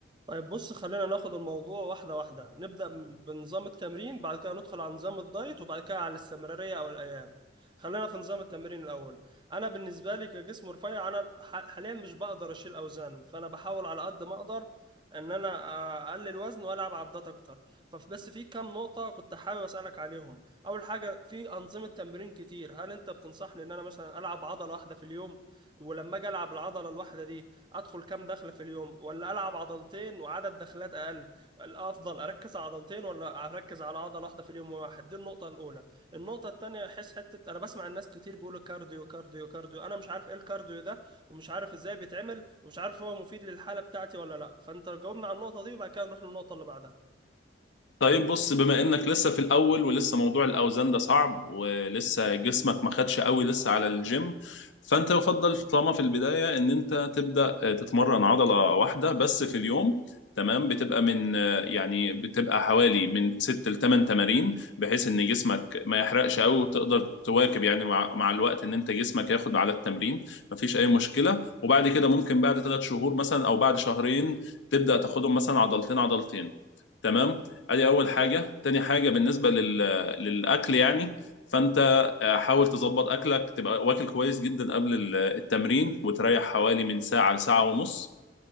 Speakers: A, on the right; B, on the left.
A: طيب بص خلينا ناخد الموضوع واحدة واحدة نبدأ م- بنظام التمرين بعد كده ندخل على نظام الدايت وبعد كده على الاستمرارية أو الأيام خلينا في نظام التمرين الأول أنا بالنسبة لي كجسم رفيع أنا ح- حاليا مش بقدر أشيل أوزان فأنا بحاول على قد ما أقدر إن أنا آه، أقلل وزن وألعب عدات أكتر فبس في كام نقطة كنت حابب أسألك عليهم أول حاجة في أنظمة تمرين كتير هل أنت بتنصحني إن أنا مثلا ألعب عضلة واحدة في اليوم ولما أجي ألعب العضلة الواحدة دي ادخل كام دخله في اليوم ولا العب عضلتين وعدد دخلات اقل الافضل اركز على عضلتين ولا اركز على عضله واحده في اليوم واحد دي النقطه الاولى النقطه الثانيه احس حته انا بسمع الناس كتير بيقولوا كارديو كارديو كارديو انا مش عارف ايه الكارديو ده ومش عارف ازاي بيتعمل ومش عارف هو مفيد للحاله بتاعتي ولا لا فانت جاوبنا على النقطه دي وبعد كده نروح للنقطه اللي بعدها
B: طيب بص بما انك لسه في الاول ولسه موضوع الاوزان ده صعب ولسه جسمك ما خدش قوي لسه على الجيم فانت يفضل طالما في البدايه ان انت تبدا آه، تتمرن عضله واحده بس في اليوم تمام بتبقى من آه، يعني بتبقى حوالي من 6 ل 8 تمارين بحيث ان جسمك ما يحرقش قوي وتقدر تواكب يعني مع مع الوقت ان انت جسمك ياخد على التمرين مفيش اي مشكله وبعد كده ممكن بعد ثلاث شهور مثلا او بعد شهرين تبدا تاخدهم مثلا عضلتين عضلتين تمام ادي اول حاجه تاني حاجه بالنسبه لل... للاكل يعني فانت آه، حاول تظبط اكلك تبقى واكل كويس جدا قبل ال- التمرين وتريح حوالي من ساعه لساعه ونص